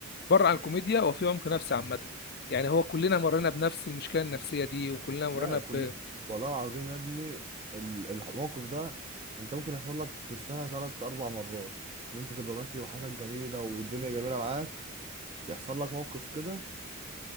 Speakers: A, on the left; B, on the right.
A: بره عن الكوميديا هو في عمق نفسي عامه يعني هو كلنا مرينا بنفس المشكله النفسيه دي وكلنا مرينا
B: ده
A: ب
B: كل والله العظيم يا ابني ال- الموقف ده انت ممكن يحصل لك في السنه ثلاث اربع مرات ان انت تبقى ماشي وحياتك جميله والدنيا جميله معاك يحصل لك موقف كده